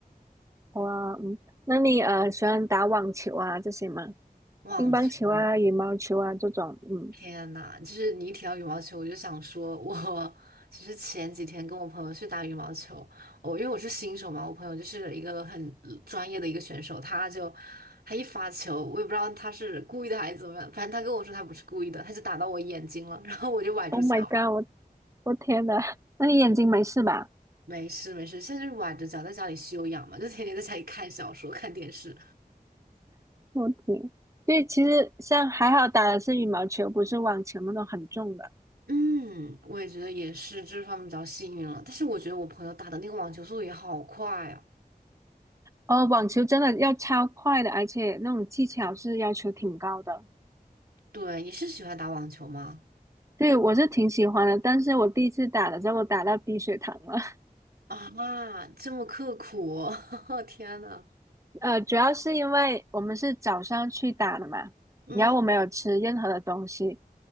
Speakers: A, on the right; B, on the right.
A: 哇，嗯，那你呃喜欢打网球啊这些吗？
B: 忘情
A: 乒乓球啊、羽毛球啊这种，嗯
B: 天呐，就是你一提到羽毛球，我就想说我，其实前几天跟我朋友去打羽毛球，我、因为我是新手嘛，我朋友就是一个很呃专业的一个选手，他就他一发球，我也不知道他是故意的还是怎么样，反正他跟我说他不是故意的，他就打到我眼睛了，然后我就崴住脚。
A: ，Oh my god，
B: <laughs>
A: 我我天呐，<laughs> 那你眼睛没事吧？
B: 没事没事，现在就是崴着脚在家里休养嘛，就天天在家里看小说、看电视。
A: 我天，对，其实像还好打的是羽毛球，不是网球那种很重的。
B: 嗯，我也觉得也是这方面比较幸运了，但是我觉得我朋友打的那个网球速度也好快啊。
A: 哦，网球真的要超快的，而且那种技巧是要求挺高的。
B: 对，你是喜欢打网球吗？
A: 对，我是挺喜欢的，但是我第一次打的时候，我打到低血糖了。
B: 啊，这么刻苦，<laughs> 天呐。
A: 呃，主要是因为我们是早上去打的嘛，
B: 嗯，
A: 然后我没有吃任何的东西，